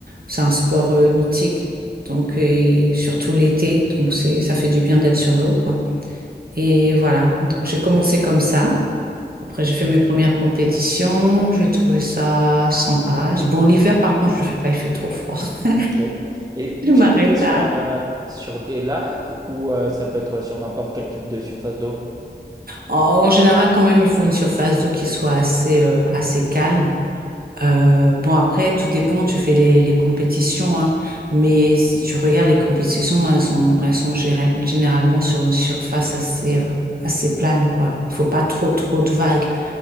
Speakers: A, on the right; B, on the right.
A: C'est un sport euh, nautique, donc et surtout l'été. Donc c'est, ça fait du bien d'être sur l'eau, quoi. Et voilà, donc j'ai commencé comme ça. Après, j'ai fait mes premières compétitions, j'ai trouvé ça sympa. Bon, l'hiver, par contre, je ne le fais pas, il fait trop froid. <laughs>
B: Ok. Et
A: Je
B: tu
A: m'arrête
B: le fais sur,
A: à...
B: euh, sur des lacs ou euh, ça peut être sur n'importe quel type de surface d'eau?
A: En général, quand même, il faut une surface d'eau qui soit assez, euh, assez calme. Euh, bon, après, tout dépend, tu fais les, les compétitions, hein. Mais si tu regardes les compétitions, elles sont, elles sont géré- généralement sur une surface assez, euh, assez plane, quoi. Il faut pas trop, trop de vagues.